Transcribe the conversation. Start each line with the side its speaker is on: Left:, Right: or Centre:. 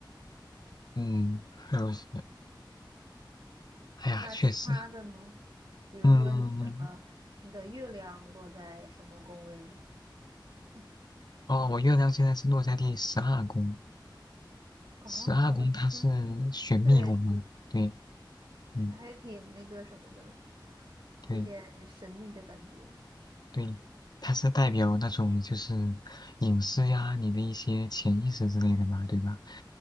Left: 嗯，还有是，哎呀，
Right: 那其他的呢？
Left: 确实，
Right: 比如说你的你的月亮落在什么宫位呢？
Left: 嗯，
Right: <laughs>
Left: 哦，我月亮现在是落在第十二宫，
Right: 哦，
Left: 十二宫它是选密宫吗？
Right: 我觉得对，
Left: 对。嗯，
Right: 还挺那个什么的，
Left: 对
Right: 有点神秘的感觉。
Left: 对，它是代表那种就是隐私呀，你的一些潜意识之类的嘛，对吧？